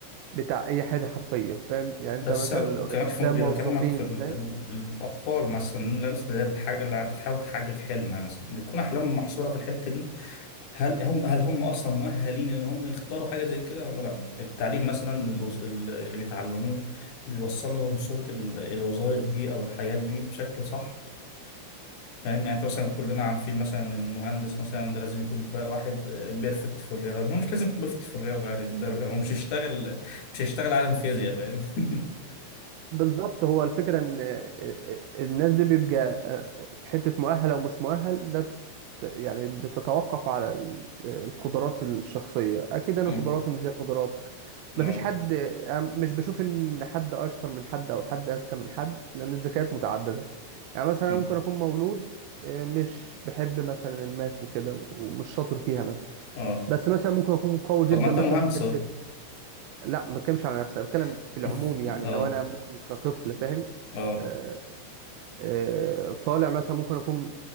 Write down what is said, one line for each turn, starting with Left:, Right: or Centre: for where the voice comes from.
Right: بتاع أي حاجة حرفيا فاهم يعني أنت
Left: بس
Right: مثلا
Left: هو- كمان
Right: لو-
Left: في
Right: ده
Left: مقدار
Right: موظفين
Left: اكلمك في ال...
Right: فاهم
Left: ال... الاطفال مثلا الناس اللي هي بتحاج... اللي بتحاول تحقق حلمها مثلا بيكون احلامهم محصوره في الحته دي هل هم هل هم اصلا مؤهلين ان هم يختاروا حاجه زي كده ولا لا التعليم مثلا اللي, وص- اللي بيتعلموه بيوصل لهم صوره ال- الوظائف دي او الحياه دي بشكل صح فاهم يعني انت مثلا كلنا عارفين مثلا إن المهندس مثلا ده لازم يكون ف- واحد بيرفكت في الرياضه هو مش لازم يكون بيرفكت في الرياضه يعني ده- هو مش هيشتغل مش هيشتغل عالم فيزياء فاهم <laughs>
Right: بالظبط هو الفكرة ان الناس دي بيبقى حتة مؤهل او مش مؤهل ده بت يعني بتتوقف على ال- القدرات الشخصية اكيد انا
Left: أمم،
Right: قدراتي مش زي قدراتك
Left: اه
Right: مفيش حد أنا مش بشوف ان حد اشطر من حد او حد اذكى من حد لان الذكاءات متعددة يعني مثلا
Left: أمم،
Right: أنا ممكن اكون مولود آه، مش بحب مثلا الماس وكده ومش شاطر فيها مثلا
Left: اه
Right: بس مثلا ممكن اكون قوي جدا
Left: طب ما انت
Right: مثلا
Left: مهندس
Right: في حتة
Left: اهو
Right: لا ما بتكلمش على نفسي أنا بتكلم
Left: <laughs>
Right: في العموم يعني
Left: اه
Right: لو انا ممكن كطفل فاهم
Left: اه
Right: آه، آه، طالع مثلا ممكن اكون